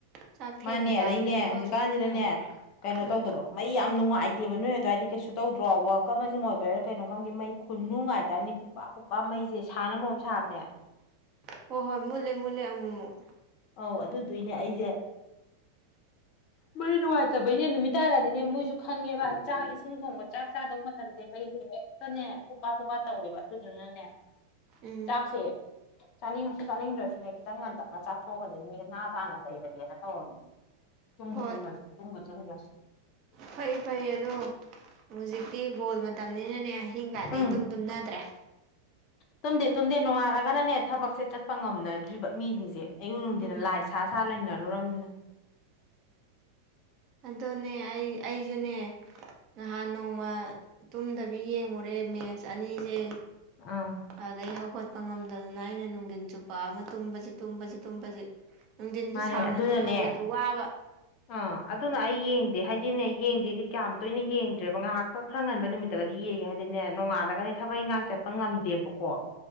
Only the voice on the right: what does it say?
ꯆꯥꯛ ꯊꯦꯡꯅ
ꯆꯥꯕꯁꯨ
ꯊꯕꯛ
ꯁꯨꯡꯅꯪ ꯅꯪꯗꯦ
ꯎꯝ
ꯍꯣꯏ ꯍꯣꯏ ꯃꯨꯠꯂꯦ ꯃꯨꯠꯂꯦ ꯑꯃꯨꯛ ꯑꯃꯨꯛ
ꯎꯝ
ꯍꯣꯏ
ꯐꯩ ꯐꯩ ꯑꯗꯣ ꯍꯧꯖꯤꯛꯇꯤ ꯕꯣꯜ ꯃꯇꯝꯅꯤꯅꯅꯦ ꯑꯍꯤꯡ ꯀꯥꯟꯗꯤꯩ
ꯇꯨꯝ ꯇꯨꯝꯅꯗ꯭ꯔꯦ
ꯎꯝ
ꯑꯗꯨꯗꯅꯦ ꯑꯩ ꯑꯩꯁꯨꯅꯦ ꯅꯍꯥꯟ ꯅꯣꯡꯃ ꯇꯨꯝꯗꯕꯤ ꯌꯦꯡꯉꯨꯔꯦ ꯃꯦꯠꯆ ꯑꯅꯤꯁꯦ
ꯑꯗꯨꯗꯒꯤꯩ ꯍꯧꯒꯠꯄ ꯉꯝꯗꯗꯅ ꯑꯩꯅ ꯅꯨꯡꯊꯤꯟ ꯆꯨꯞꯄ ꯑꯃ ꯇꯨꯝꯕꯁꯤ ꯇꯨꯝꯕꯁꯤ ꯇꯨꯝꯕꯁꯤ ꯅꯨꯡꯊꯤꯟꯗꯨ
ꯁꯥꯡꯅ
ꯇꯨꯝꯃꯜꯂꯁꯨ ꯋꯥꯕ